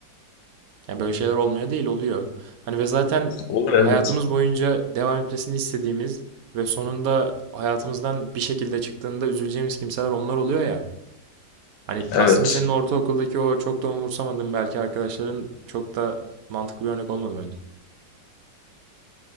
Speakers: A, on the right; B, on the left.
A: Yani böyle şeyler olmuyor değil oluyor. Hani ve zaten
B: Olur evet.
A: hayatımız boyunca devam etmesini istediğimiz ve sonunda hayatımızdan bir şekilde çıktığında üzüleceğimiz kimseler onlar oluyor ya. Hani
B: Evet.
A: aslında senin ortaokuldaki o çok da umursamadığın belki arkadaşların çok da mantıklı bir örnek olmadı bence.